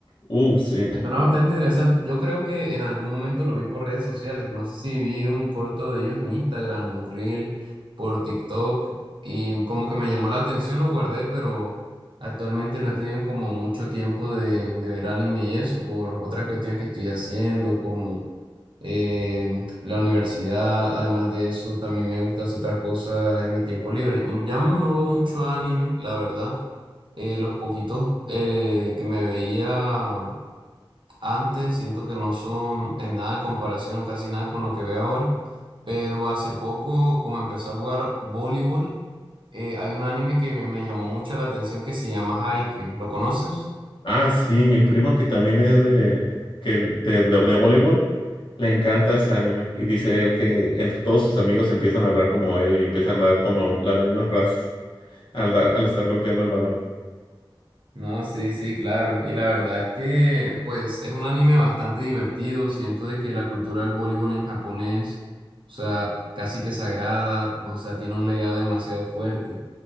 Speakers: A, on the left; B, on the right.
A: Uf, sí. no.
B: suena bastante interesante. Yo creo que en algún momento lo vi por redes sociales. No sé si vi un corto de ellos en Instagram, un reel por TikTok, y como que me llamó la atención, lo guardé, pero actualmente no he tenido como mucho tiempo de, de ver anime y eso por otras cuestiones que estoy haciendo, como eh, la universidad, además de eso, también me gustan otras cosas en mis tiempos libres. Mm, Ya no veo mucho anime, la verdad. Eh, los poquitos eh, que me veía antes, siento que no son en nada comparación o casi nada con lo que veo ahora. Pero hace poco, como empecé a jugar voleibol, eh, hay un anime que me, me llamó mucho la atención que se llama Haikyuu. ¿Lo conoces?
A: Ah, sí, mi primo que también es de, que, el- de de- de voleibol. Le encanta ese anime y dice él que entre todos sus amigos empiezan a hablar como él y empiezan a dar como las mismas frases al, dar- al estar golpeando el balón.
B: No, sí, sí, claro. Y la verdad es que, pues, es un anime bastante divertido. Siento de que la cultura del voleibol en Japón es, o sea, casi que sagrada, o sea, tiene un legado demasiado fuerte.